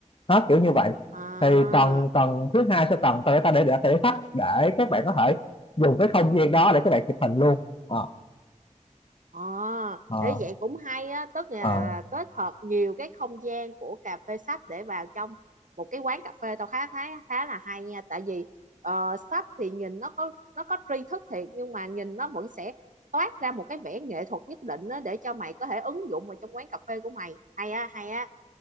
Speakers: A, on the left; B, on the right.
A: đó kiểu như vậy
B: à,
A: thì tầng tầng thứ hai sẽ tầng tao để để để sách để các bạn có thể dùng cái không gian đó để các bạn chụp hình luôn ờ
B: Ờ,
A: ờ
B: ý vậy cũng hay á, tức là,
A: ờ
B: là kết hợp nhiều cái không gian của cà phê sách để vào trong một cái quán cà phê tao khá khá khá là hay nha, tại vì ờ, sách thì nhìn nó có nó có tri thức thiệt nhưng mà nhìn nó vẫn sẽ toát ra một cái vẻ nghệ thuật nhất định á, để cho mày có thể ứng dụng vào trong quán cà phê của mày. Hay á, hay á.